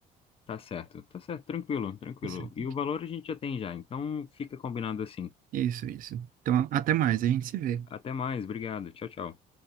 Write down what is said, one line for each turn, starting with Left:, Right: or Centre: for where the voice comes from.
Left: tá certo, tá certo, tranquilo, tranquilo.
Right: Tá certo.
Left: E o valor a gente já tem já, então fica combinado assim.
Right: Isso, isso. Então, até mais, a gente se vê.
Left: Até mais, obrigado. Tchau, tchau.